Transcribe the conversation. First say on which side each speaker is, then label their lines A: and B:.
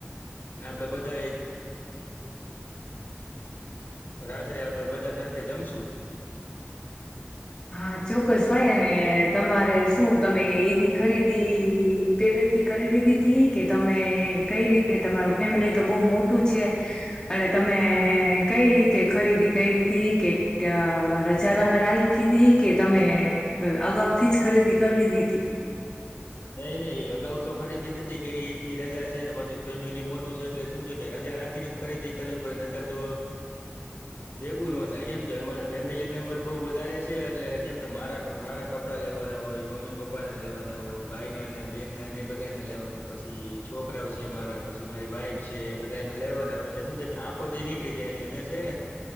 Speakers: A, on the left; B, on the left.
A: અને આપડે બધા એ રાત્રે આપડે બધા સાથે જમશુ
B: હા ચોક્કસ ભાઈ અને તમારે શું તમે ઈદની ખરીદી પેલેથી કરી લીધી હતી કે તમે કઈ રીતે તમારું ફેમિલી તો બહ મોટું છે. એટલે તમે કઈ રીતે ખરીદી કઈ રીતે કે ત રજા તમે રાય કે તમે અગાઉ થી જ ખરીદી કરી લીધી હતી
A: નઈ નહીં એ અગાઉ તો ખરીદી નથી કેરી ઈદ ની રજા છે, ને પાછુ ફેમિલી મોટું છે, એટલે શું છે કે રજા રાખીને ખરીદી કરવી પડે નતર તો ભેગું ન થાય કેમ કે અમારે ફેમિલી મેમ્બર બઉુ વધારે છે એટલે કેમ કે મારા મારા કપ ડાં લેવાના હોય મમ્મી પપ્પાના લેવાના હોય ભાઈ ના ને બેન ના ને બધા ના લેવાના પછી છોકરાઓ છે, મારા પછી મારી વાઈફ છે બધાને લેવાના એટલે શું છે કે આખોદી નીકળી જાય એટલે મે છે ને